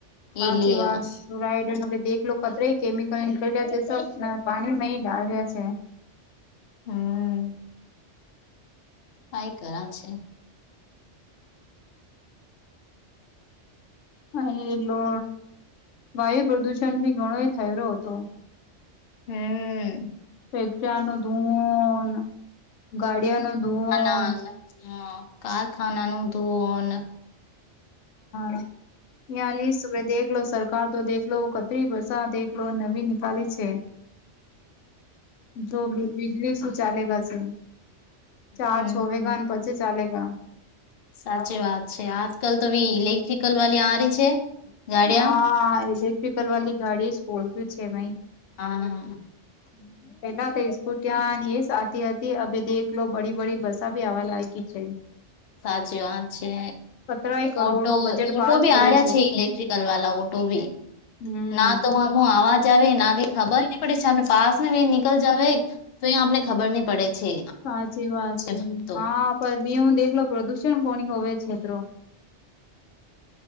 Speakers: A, on the left; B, on the left.
A: એ
B: આચી
A: લીએ
B: વાસ ફ્લોરાઈડ દેખ લો કત કેમિકલ નીકળ રહ્યા છે સબ પાણી માં ડાલ રહ્યા છે.
A: હમ કઈ કરાવ છે
B: અને લો વાયુ પ્રદુષણ ભી ઘણો એ થય રહ હતો.
A: હમ
B: પિકક્ષા નું ધુવન ગાડિયા નું ધુવન
A: અના ન હા કારખાનાનુંું ધોન
B: હ હ લ સુબ દેખલો લો સર તો દેખલો કતરી વરષા દેલો નવી નિકલી છે. જો વીજળી શું ચાલે ગશે ચાર
A: હમ
B: છોવેગા અને પછી
A: હમ
B: ચાલે ગ
A: સાચી વાત છે આજ કલ તો બી ઇલેક્ટ્રિકલ વાલી આરી છે. ગાડિયા
B: હા ઇલેક્ટિકલ વાલી ઘાડી જ બહું છેઈ
A: હા હા
B: હમ પેલા તો સ્સ્કુટિયાની એ જતી હતી અ દેખ લો બડી બડી બસા ભી આવા લાગી છે.
A: સાચી વાત છે
B: સતરાય કરોડો
A: ઓટો
B: બજેટ
A: ઓટો
B: પાસ
A: ભી
B: કર્યો
A: આવ્યા છે ઇલેક્ટ્રિક લ વાા ઓટો ભી
B: હમ.
A: ના તો આમ આવાજ આવે ના કઈ ખબર નહી પડે છે આપને પાસ નીકળ જાવ. તો અહીિયાં આપને ખબર નહ પડે છે.
B: સાચી વાત છે
A: મને તો
B: હા પણ નિયમ દેખલો પ્રદુષણ કોની હોવે છેત